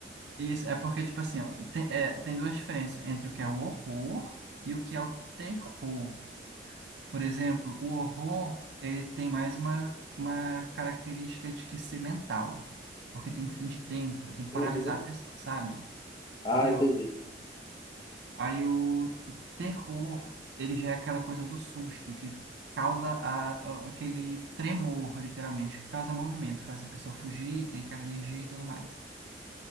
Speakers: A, on the right; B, on the left.
A: Isso, é porque, tipo assim, ó, tem, é, tem duas diferenças entre o que é o horror e o que é o terror. Por exemplo, o horror, ele tem mais uma, uma característica de que ser mental, porque tem que vir de dentro, tem que
B: Uhum.
A: paralisar a pessoa, sabe?
B: Ah,
A: Entendeu?
B: entendi.
A: Aí o terror, ele já é aquela coisa do susto, que causa a, a- aquele tremor, literalmente, que causa movimento, faz a pessoa fugir, tem aquela energia e tudo mais.